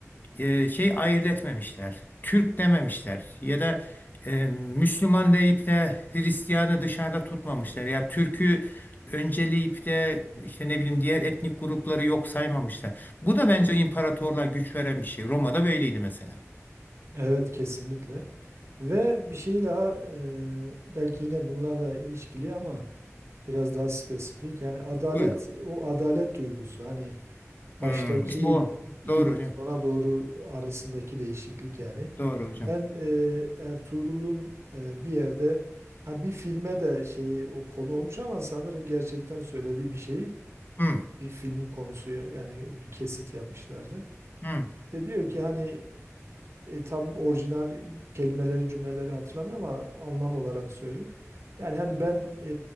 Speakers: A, on the left; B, on the right.
A: e, şey ayırt etmemişler. Türk dememişler ya da e, Müslüman deyip de Hristiyanı dışarıda tutmamışlar. Ya Türk'ü önceleyip de işte ne bileyim diğer etnik grupları yok saymamışlar. Bu da bence imparatorluğa güç veren bir şey. Roma'da böyleydi mesela.
B: Evet kesinlikle. Ve bir şey daha e, belki yine bunlarla ilişkili ama biraz daha spesifik. Yani adalet
A: Buyurun.
B: o adalet duygusu hani
A: Hmm,
B: baştaki
A: işte o.
B: ile
A: Doğru hocam.
B: sona doğru arasındaki değişiklik yani.
A: Doğru hocam.
B: Ben e, Ertuğrul'un e, bir yerde ha bir filme de şey o konu olmuş ama sanırım gerçekten söylediği bir şeyi
A: Hmm,
B: bir film konusu yani bir kesit yapmışlardı.
A: hmm.
B: İşte diyor ki hani e, tam orijinal kelimeleri, cümleleri hatırlamıyorum ama anlam olarak söyleyeyim. Yani hani ben e,